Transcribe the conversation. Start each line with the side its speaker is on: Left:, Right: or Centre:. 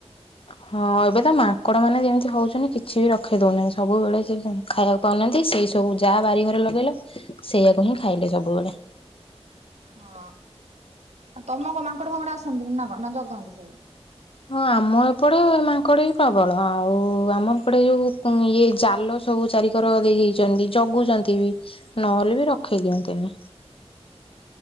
Left: ହଁ, ଏବେ ତ ମାଙ୍କଡ ମାନେ ଯେମିତି ହଉଛନ୍ତି କିଛି ବି ରଖେଇଦଉନାହାନ୍ତି ସବୁବେଳେ ସେ ଖାଇଆକୁ ପାଉନାହାନ୍ତି, ସେଇ ସବୁ ଯାହା ବାରି, ଘରେ ଲଗେଇଲେ ସେଇଆକୁ ହିଁ ଖାଇଲେ ସବୁବେଳେ।
Right: ହଁ, ଆଉ ତମର କଣ ମାଙ୍କଡ ଫାଙ୍କଡ ଆସନ୍ତିନି ନା କଣ ନା ଜଗନ୍ତି।
Left: ହଁ, ଆମ ଏପଟେ ମାଙ୍କଡ ବି ପ୍ରବଳ ଆଉ ଆମ ଏପଟେ ଯୋଉ ଉଁ ଇଏ ଜାଲ ସବୁ ଚାରିିକର ଦେଇ ଦେଇଛନ୍ତି ଜଗୁଛନ୍ତି ବି ନହେଲେ ବି ରଖେଇ ଦିଅନ୍ତିନି।